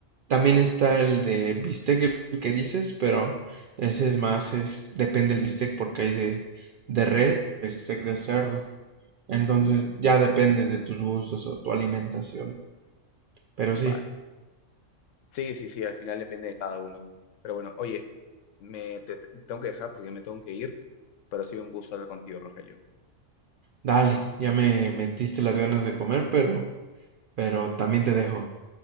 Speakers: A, on the right; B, on the left.
A: también está el de bistec el que dices, pero ese es más, es, depende del bistec porque hay de, de res, bistec de cerdo. Entonces ya depende de tus gustos o tu alimentación. Pero sí,
B: Vale. Sí, sí, sí, al final depende de cada uno. Pero bueno, oye, me te- te- tengo que dejar porque me tengo que ir, pero ha sido un gusto hablar contigo, Rogelio.
A: dale, ya me metiste las ganas de comer, pero, pero también te dejo.